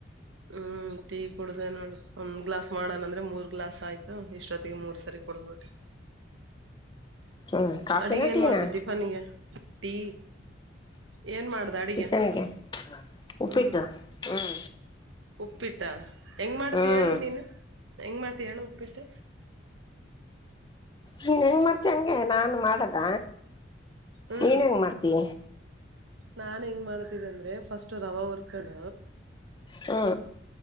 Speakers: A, on the right; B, on the left.
A: ಹ್ಮ್ ಟೀ ಕುಡ್ದ ನೋಡ್ರಿ ಒಂದ್ ಗ್ಲಾಸ್ ಮಾಡಣ ಅಂದ್ರೆ ಮೂರ್ ಗ್ಲಾಸ್ ಆಯ್ತು ಇಷ್ಟೊತ್ತಿಗೆ ಮೂರ್ ಸರಿ ಕುಡಿದ್ಬಿಟ್ಟೆ
B: ಹ್ಮ್ ಕಾಫಿನ
A: ಅಡಿಗೆ ಏನ್
B: ಟೀನಾ
A: ಮಾಡ್ದ ಟಿಫನ್ ನಿಗೆ ಟೀ ಏನ್ ಮಾಡ್ದೆ ಅಡುಗೆಗೆ
B: ಟಿಫನ್ಗೆ ಉಪ್ಪಿಟ್ಟು
A: ಹ್ಮ್
B: ಹ್ಮ್
A: ಉಪ್ಪಿಟ್ಟಾ ಹೆಂಗ್ ಮಾಡ್ತಿ
B: ಹ್ಮ್
A: ಹೇಳುದ ನೀನು ಹೆಂಗ್ ಮಾಡ್ತ ಹೇಳು ಉಪ್ಪಿಟ್ಟ
B: ನೀನ್ ಹೆಂಗ್ ಮಾಡ್ತೀಯಾ ಹಂಗೆ ನಾನು ಮಾಡದ
A: ಹ್ಮ್
B: ಏನ್ ಹೆಂಗ್ ಮಾಡ್ತಿ
A: ನಾನ್ ಹೆಂಗ್ ಮಾಡ್ತಿದ್ದ ಅಂದ್ರೆ ಫಸ್ಟ್ ರವ ಹುರ್ಕೊಂಡ
B: ಹಾ